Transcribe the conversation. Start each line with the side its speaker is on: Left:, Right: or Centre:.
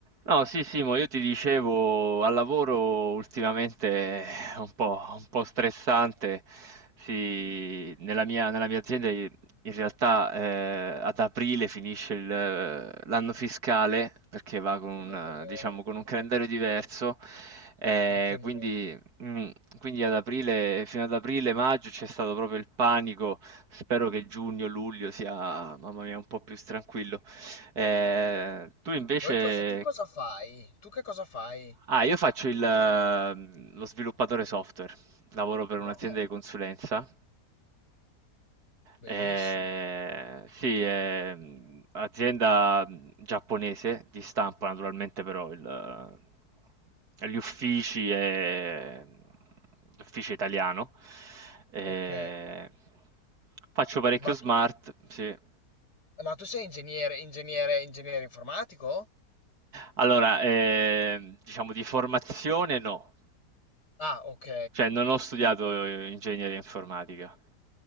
Right: No, sì, Simo, io ti dicevo, al lavoro ultimamente è un po', un po' stressante. Sì, nella mia, nella mia azienda i- in realtà eh, ad aprile finisce il, eh, l'anno fiscale perché va con un,
Left: come delle,
Right: eh, diciamo, con un calendario
Left: come
Right: diverso. eh,
Left: anche noi.
Right: quindi, mm, quindi ad aprile, fino ad aprile, maggio c'è stato proprio il panico. Spero che giugno, luglio sia, mamma mia, un po' più tranquillo. Eh, tu invece...
Left: Voi cosa, tu cosa fai? Tu che cosa fai?
Right: Ah, io faccio il, eh, lo sviluppatore software, lavoro per
Left: Wow,
Right: un'azienda di consulenza.
Left: bellissimo.
Right: Eh, sì, è azienda mm, giapponese di stampo, naturalmente però il, eh, gli uffici è l'ufficio italiano. Eh,
Left: Ok.
Right: faccio parecchio
Left: Ma
Right: smart,
Left: tu,
Right: sì.
Left: ma tu sei ingegnere, ingegnere, ingegnere informatico?
Right: Allora, ehm, diciamo di formazione no,
Left: Ah, ok.
Right: cioè non ho studiato eh, ingegneria informatica,